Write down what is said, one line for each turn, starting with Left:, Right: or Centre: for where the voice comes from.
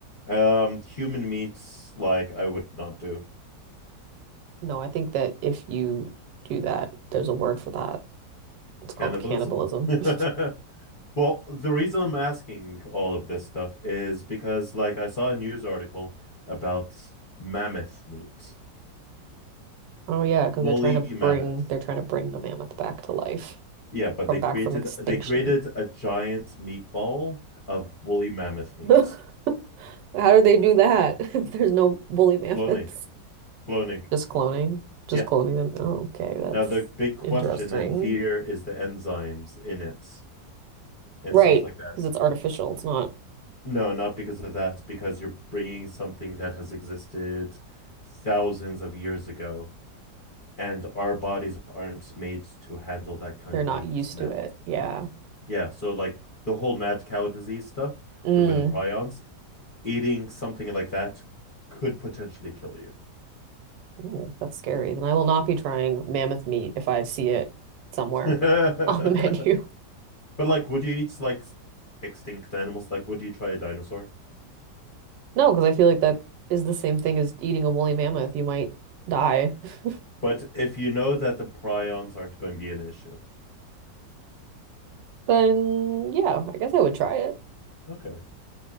Left: Um, human meats, like I would not do
Right: No, I think that if you do that, there's a word for that. It's called
Left: cannibalism.
Right: cannibalism.
Left: <laughs>
Right: <laughs>
Left: Well, the reason I'm asking all of this stuff is because, like, I saw a news article about mammoth meat,
Right: Oh yeah, because
Left: woolly
Right: they're trying to bring
Left: mammoth.
Right: they're trying to bring the mammoth back to life
Left: Yeah, but
Right: from
Left: they created
Right: back from extinction.
Left: they created a giant meatball of woolly mammoth meat.
Right: <laughs> How do they do that <laughs> if there's no woolly mammoths?
Left: Cloning, cloning.
Right: Just cloning. Just
Left: Yeah.
Right: cloning them. Oh, okay, that's
Left: Now, the big question
Right: interesting.
Left: and fear is the enzymes in it and
Right: Right,
Left: stuff like that.
Right: because it's artificial. It's not,
Left: No, not because of that, because you're bringing something that has existed thousands of years ago, and our bodies aren't made to handle that kind
Right: they're
Left: of
Right: not
Left: meat
Right: used
Left: now.
Right: to it. Yeah.
Left: Yeah, so like the whole mad cow disease stuff,
Right: Mm.
Left: the with the prions, eating something like that could potentially kill you.
Right: Ooh, that's scary. Then I will not be trying mammoth meat if I see it somewhere
Left: <laughs>
Right: on the <laughs> menu.
Left: But like, would you eat like extinct animals? Like, would you try a dinosaur?
Right: No, because I feel like that is the same thing as eating a woolly mammoth. You might die. <laughs>
Left: But if you know that the prions aren't going to be an issue.
Right: Then, yeah, I guess I would try it.
Left: Okay.